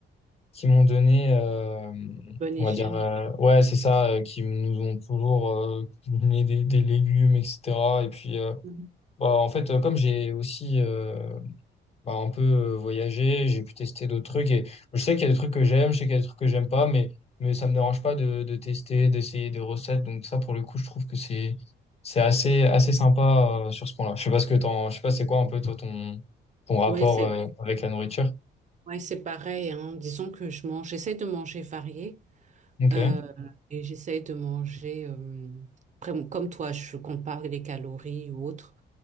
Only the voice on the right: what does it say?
Bonne
hygiène.
Mhm.
Oui, c'est
ouais, c'est pareil, hein. Disons que je mange, j'essaie de manger varié.
Euh, et j'essaye de manger, euh, après, bon, comme toi, je compte pas les calories ou autre.